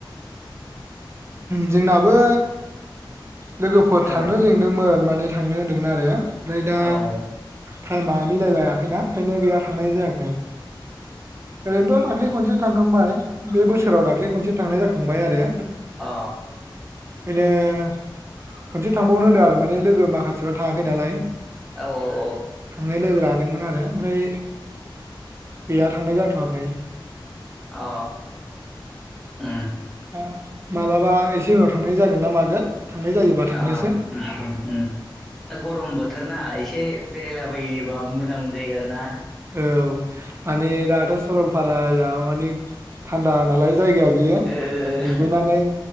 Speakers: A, on the right; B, in the centre.
A: जोंनाबो लोगोफोर
B: ओ
A: थांनो लिंदोंमोन माने थांनो होनदोंमोन आरो ओमफ्राय
B: ओ
A: दा
B: औ
A: टाइमा मिलाय लायाखैना ओंखायनो गैया थांनाय जायाखै ओरैनोथ' दाखालै खनसे थांखांबाय बे बोसोराव दाखालै खनसे थांनाय थांबाय आरो
B: अ
A: बेले <inaudible> खनसे थांबावनो होदों आरो माने लोगो माखासे थाङाखै नालाय
B: औ औ
A: थांनो लोगो लादोंमोन आरो ओमफ्राय गैया थांनाय जाथ'वाखै
B: अ उम
A: दा मालाबा एसे उनाव थांनाय जागोन ना मागोन थांनाय जायोबा थांनोसै
B: अ दा <inaudible> गरम बोथोर ना एसे बेरायलाबायोबा मोजां जायो आरो ना
A: औ माने दाथ' सरलपारायाव मानि थानदा नालाय जायगाया बियो
B: ओ ओ
A: दुगैनानै